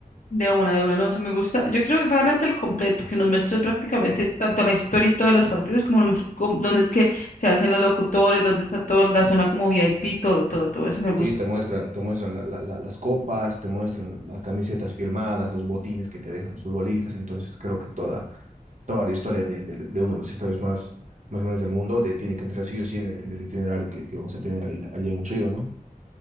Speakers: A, on the left (about 60°); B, on the right (about 55°).
A: De una, de una, no sé, me gusta. Yo quiero realmente el completo, que nos muestre prácticamente tanto la historia y todos los partidos, como nos muestre cómo- dónde es que se hacen los locutores, dónde está toda la zona como VIP, todo, todo, todo eso me gusta.
B: Sí, te muestran, te muestran la- la- la- las copas, te muestran la- las camisetas firmadas, los botines que te dejan los futbolistas, entonces creo que toda, toda la historia de, de- de uno de los estadios más, más grandes del mundo de, tiene que entrar sí o sí en el, en el itinerario que, que vamos a tener ahí, allá en Río, ¿no?